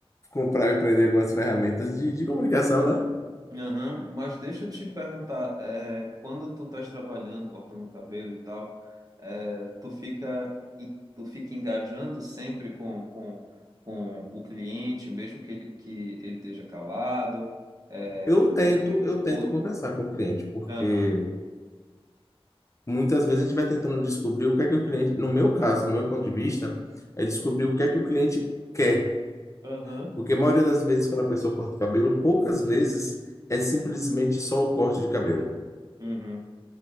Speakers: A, on the left (about 30°); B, on the right (about 35°).
A: comprar e aprender algumas ferramentas de, de comunicação, né?
B: Aham. Mas deixa eu te perguntar, é, quando tu estás trabalhando, cortando cabelo e tal, é, tu fica e- tu fica engajando sempre com, com, com o cliente, mesmo que ele que ele esteja calado, é,
A: Eu
B: o,
A: tento, eu tento
B: o, o-
A: conversar com o cliente, porque
B: aham.
A: muitas vezes a gente vai tentando descobrir o que é que o cliente, no meu caso, no meu ponto de vista, é descobrir o que é que o cliente quer.
B: Aham.
A: Porque a maioria das vezes, quando a pessoa corta o cabelo, poucas vezes é simplesmente só o corte de cabelo.
B: Uhum.